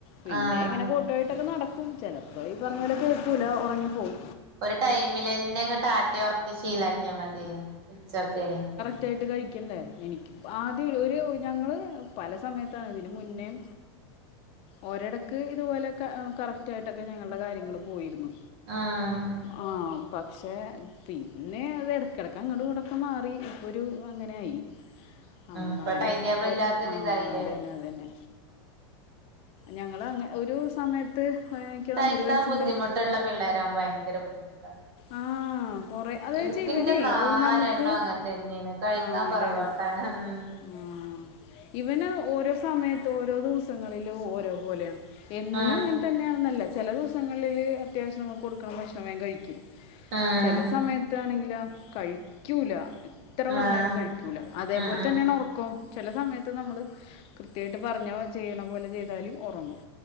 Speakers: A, on the left (about 40°); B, on the right (about 60°).
A: പിന്നെ
B: ആഹ്
A: ഇങ്ങനെ കോട്ട് വായിട്ടൊക്കെ നടക്കും ചിലപ്പോ ഈ പറഞ്ഞ പോലെ കേക്കൂലാ ഒറങ്ങിപ്പോവും.
B: ഒരു ടൈമിലന്നെ ങ്ങട്ട് ആട്ടി ഒറക്കി ശീലക്കിയാ മതി ഉച്ചക്കെ.
A: ത്യായിട്ട് കഴിക്കണ്ടേ എനിക്ക് ആദ്യം ഒരു ഒര് ഞങ്ങള്. പല സമയത്താണ് ഇതിന് മുന്നേം. ഒരെടക്ക് ഇതുപോലെക്കെ കറക്റ്റായിട്ടൊക്കെ ഞങ്ങൾടെ കാര്യങ്ങൾ പോയിരുന്നു.
B: ആഹ്.
A: ആഹ് പക്ഷേ പിന്നെ അത് എടക്കെടക്ക് അങ്ങട്ടും ഇങ്ങട്ടും ഒക്കെ മാറി ഇപ്പൊരു അങ്ങനെയായി. അന്നാലും
B: ഇപ്പൊ ടൈം ടേബിൾ
A: ആഹ് ഒരാ
B: ഇല്ലാത്തൊരി ഇതായില്ലേ
A: ആഹ് അതന്നെ, അതന്നെ ഞങ്ങള് അങ്ങ ഒരു സമയത്ത്. തോന്നുന്നു
B: കഴിക്കാൻ
A: ഒരു വയസ്സിൻ്റെ
B: ബുദ്ധിമുട്ടുള്ള പിള്ളേരാവും വയങ്കര ബുദ്ധിമുട്ടാ.
A: ആ കുറേ അതായത്
B: എനിക്ന്റെ
A: ഇവനേ
B: നാലെണ്ണോം
A: നമുക്ക്
B: അങ്ങത്തന്നേണ് കഴിക്കാൻ
A: ആണല്ലേ
B: പൊറകോ തണ മ്
A: ആ. ഇവന് ഓരോ സമയത്ത് ഓരോ ദിവസങ്ങളില് ഓരോ പോലെയാണ് എന്നും
B: ഉം
A: ങ്ങ തന്നെയാണെന്നല്ല ചെല ദിവസങ്ങളില് അത്യാവശ്യം നമ്മള് കൊടുക്ക്ണ ഭക്ഷണം വേം കഴിക്കും.
B: ഉം
A: ചെല സമയത്താണെങ്കിലോ കഴിക്കൂലാ. എത്ര
B: ഉം
A: പറഞ്ഞാലും
B: ആഹ്
A: കഴിക്കൂല അതേപോലെ
B: ഉം ഉം
A: തന്നെണ് ഒറക്കോം ചെല സമയ ത്ത് നമ്മള് കൃത്യായിട്ട് പറഞ്ഞ ചെയ്യണ പോലെ ചെയ്താല് ഒറങ്ങും